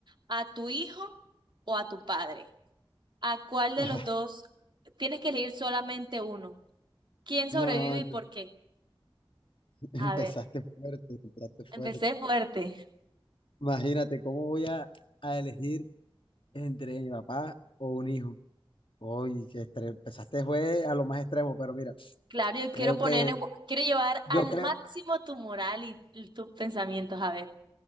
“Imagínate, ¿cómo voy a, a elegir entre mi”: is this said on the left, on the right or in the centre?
Left